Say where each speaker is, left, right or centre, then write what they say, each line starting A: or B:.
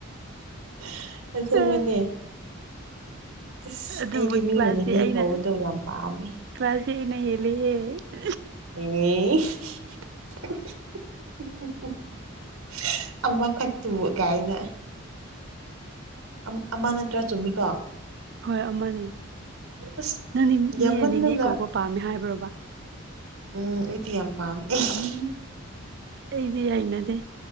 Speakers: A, on the right; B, on the right.
A: <unintelligible> ꯑꯁꯦꯡꯕꯅꯦ
B: ꯑꯦ
A: ꯑꯁ
B: ꯑꯗꯨꯕꯨ
A: ꯑꯩꯗꯤ ꯃꯤꯅ
B: ꯀ꯭ꯂꯥꯁꯇꯤ
A: ꯅꯦꯅꯦ
B: ꯑꯩꯅ
A: ꯀꯧꯕꯗꯣ ꯌꯥꯝ ꯄꯥꯝꯃꯦ
B: ꯀ꯭ꯂꯥꯁꯇꯤ ꯑꯩꯅ ꯍꯦꯜꯂꯤꯍꯦ <unintelligible>
A: ꯏ <unintelligible> <unintelligible> ꯑꯃꯈꯛꯇꯨꯕꯨ ꯀꯥꯏꯅ ꯑꯝ ꯑꯃ ꯅꯠꯇ꯭ꯔ ꯆꯨꯝꯃꯤꯀꯣ
B: ꯍꯣꯏ ꯑꯃꯅꯤ
A: ꯑꯁ
B: ꯅꯪꯗꯤ
A: ꯌꯥꯝꯃꯟꯗꯅ
B: ꯃꯤꯅ ꯅꯦꯅꯦ ꯀꯧꯕ ꯄꯥꯝꯃꯦ ꯍꯥꯏꯕ꯭ꯔꯣꯕ
A: ꯎꯝ ꯑꯩꯗꯤ ꯌꯥꯝ ꯄꯥꯝꯃꯤ <unintelligible>
B: ꯑꯩꯗꯤ ꯍꯩꯅꯗꯦ